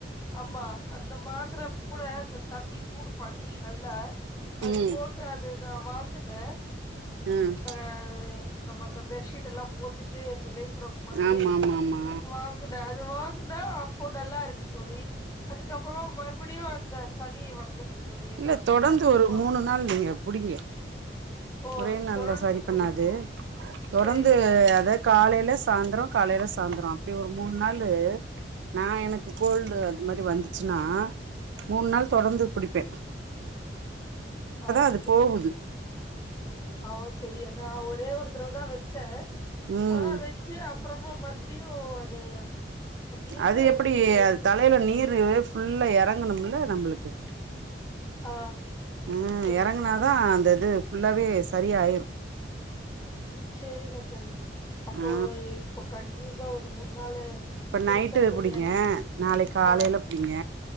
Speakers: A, on the left (about 20°); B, on the right (about 80°).
A: ஆம்மா அந்த மாத்திர கூட இந்த தண்ணீ சூடு பண்ணி நல்லா அது
B: ம்
A: போட்டு அது நா வாங்குனே
B: ம்
A: இந்த நம்ம அந்த பெஷீட் எல்லா போத்திட்டு இந்த <unintelligible> <unintelligible> மாதிரி
B: ஆமா ஆமா ஆமா
A: வாங்குன அது வாங்குனா அப்போ நல்லா இருக்கு தோழி அதுக் கு அப்புறோ மறுபிடியு அந்த சளி வந்துருது தோழி என்ன
B: இல்ல
A: தெர்ல
B: தொடந்து
A: ரொம்ப
B: ஒரு மூணு நாள் நீங்க புடிங்க
A: ஓ
B: ஒரே நாள்ல
A: தொடர்ந்து
B: செரி பண்ணாது
A: புடிக்கு
B: தொடந்து
A: செரிங்க தோழி
B: அதா காலையில சாந்தரோ காலைல சாந்தரோ அப்படி ஒரு மூணு நாளு நா எனக்கு கோல் டு அது மாரி வந்துச்சுன்னா மூணு நாள் தொடந்து புடிப்பே
A: ஆ
B: அது
A: செரிங்க
B: போகுது
A: தோழி அ ஒ செரியானா ஒரே ஒரு தரவ தா வெச்சே
B: ம்
A: ஆனா வெச்சு அ ப்புறமா மறுபிடியு அது அப்டியேதா
B: அது எப்டி
A: இருக்கு எதுவுமே
B: அது தலைல
A: தெர்லையே
B: நீரு ஃபுல்லா எறங்கணும்ல நம்பளுக்கு
A: ஆ
B: ம்
A: சரிங்க
B: எறங்குனாதா
A: தோழி
B: அந்த இது ஃபுல்லாவே சரியாயிரு
A: சேரிங்க தோழி அப்போ
B: ஆ
A: இப்ப கண்ட்னியூஸா ஒரு மூண் நாளு
B: இப்ப
A: குடிச்சா
B: நைட்டு
A: சரியாயிரு
B: புடிங்க நாளைக்கு காலைல
A: ஆ
B: புடிங்க